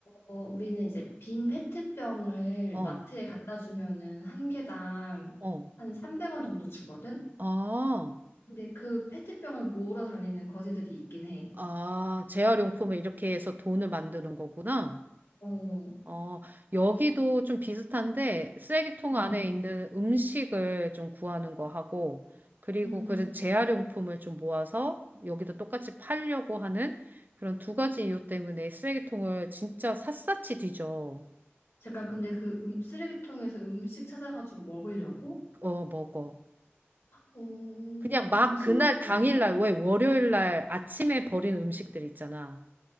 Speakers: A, on the left; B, on the right.
A: 어, 우리는 이제 빈 페트병을
B: 어,
A: 마트에 갖다 주면은 한 개당
B: 어.
A: 한 300원 정도 주거든?
B: 아,
A: 근데 그 페트병을 모으러 다니는 거지들이 있긴 해.
B: 아, 재활용품을 이렇게 해서 돈을 만드는 거구나.
A: 어,
B: 어, 여기도 좀 비슷한데 쓰레기통
A: 음,
B: 안에 있는 음식을 좀 구하는 거 하고 그리고
A: 음.
B: 그런 재활용품을 좀 모아서 여기도 똑같이 팔려고 하는 그런 두 가지 이유 때문에 쓰레기통을 진짜 샅샅이 뒤져.
A: 잠깐, 근데 그 음, 쓰레기통에서 음식 찾아가지고 먹으려고?
B: 어, 먹어.
A: 오,
B: 그냥 막
A: 음식물
B: 그날
A: 쓰레기를?
B: 당일날 왜 월요일날 아침에 버린 음식들 있잖아.